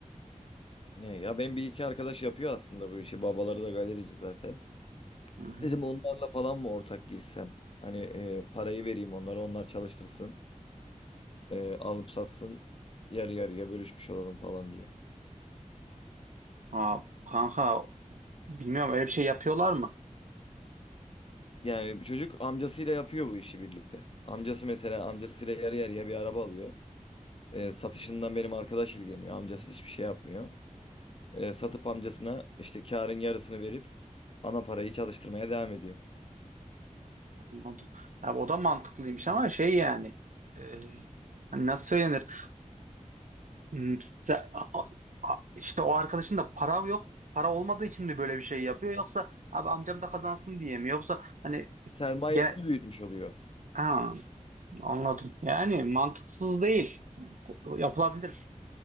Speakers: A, on the left; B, on the right.
A: Ne ya ben bir iki arkadaş yapıyor aslında bu işi. Babaları da galerici zaten.
B: Hı hı.
A: Dedim onlarla falan mı ortak girsem? Hani e, parayı vereyim onlara onlar çalıştırsın. E, alıp satsın. Yarı yarıya bölüşmüş olalım falan diye.
B: Aa, kanka bilmiyorum öyle bir şey yapıyorlar mı?
A: Yani çocuk amcasıyla yapıyor bu işi birlikte. Amcası mesela amcasıyla yarı yarıya bir araba alıyor. E, satışından benim arkadaş ilgileniyor. Amcası hiçbir şey yapmıyor. E, satıp amcasına işte karın yarısını verip ana parayı çalıştırmaya devam ediyor.
B: Anladım. Ya o da mantıklıymış ama şey yani e, hani nasıl söylenir? Hmm, sen- a- a- işte o arkadaşın da para yok para olmadığı için mi böyle bir şey yapıyor yoksa abi amcam da kazansın diye mi yoksa hani
A: Sermayesini
B: gene
A: büyütmüş oluyor.
B: ha, Anladım. Yani mantıksız değil. Yapılabilir.